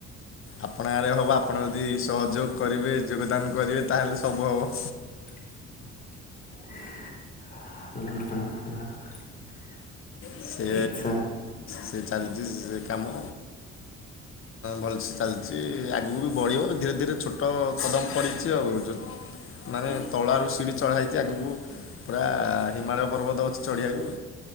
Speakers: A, on the left; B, on the left.
A: ଆପଣ ଆଡେ ହବ ଆପଣ ଯଦି ସହଯୋଗ କରିବେ ଯୋଗଦାନ କରିବେ ତାହେଲେ ସବୁ ହବ।
B: <inaudible> <unintelligible>
A: ସେ
B: ଆଚ୍ଛା
A: ସେ ସେ କାମ ଭଲସେ ଚାଲିଚି ଆଗକୁ ବଢ଼ିବ ଧୀରେ ଧୀରେ ଛୋଟ କଦମ ପଡ଼ିଛି ଆଉ। ମାନେ ତଳ ଆଡୁ ସିଡିି ଚଢା ହେଇଛି ଆଗକୁ ପୁରା ହିମାଳୟ ପର୍ବତ ଅଛି। ଚଢ଼ିବାକୁ।